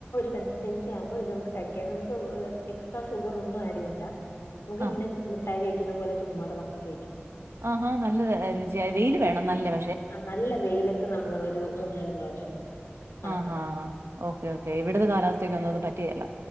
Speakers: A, on the left (about 80°); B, on the right (about 80°).
A: കൺസിസ്റ്റൻസി ആകുമ്പോ ഇതമ്മക്ക് കഴിക്കാം നമ്മക്ക് എക്സ്ട്രാ ഷുഗർ ഒന്നും ആഡ് ചെയ്യണ്ട നമുക്ക്
B: ആ.
A: ഇങ്ങനെ മിട്ടായി കഴിക്കുന്ന പോലെ ചുമ്മാതെ പറക്കി കഴിക്കാം
B: ആഹാ നല്ല രുചിയ വെയില് വേണം നല്ലണം
A: ആ നല്ല വെയിലത്ത് നമ്മള് ഒരു മൂന്നാല് പ്രാവശ്യം ഉണക്കണം
B: ആ ആ ഓക്കേ ഓക്കേ ഇവിടത്തെ കാലാവസ്ഥക്ക് ഒന്നും പറ്റികേല്ല